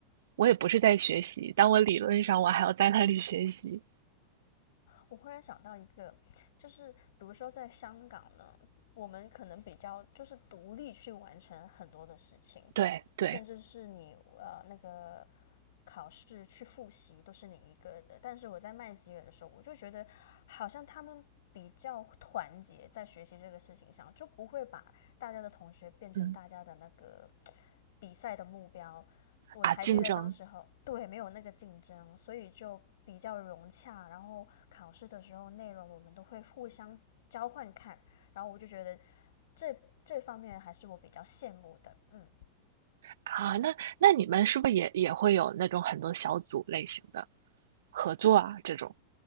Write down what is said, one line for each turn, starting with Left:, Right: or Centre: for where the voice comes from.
Right: 我也不是在学习，但我理论上我还要在那里学习。
Left: 我忽然想到一个，就是比如说在香港呢，我们可能比较就是独立去完成很多的事情，
Right: 对对，
Left: 甚至是你呃那个考试去复习都是你一个的，但是我在麦吉尔的时候，我就觉得好像他们比较团结，在学习这个事情上，就不会把大家的同学变成大家的那个
Right: 嗯
Left: 比赛的目标。我还记得当时候，
Right: 啊，竞争
Left: 对，没有那个竞争，所以就比较融洽。然后考试的时候，内容我们都会互相交换看，然后我就觉得这这方面还是我比较羡慕的，嗯。
Right: 啊，那那你们是不是也也会有那种很多小组类型的合作啊这种？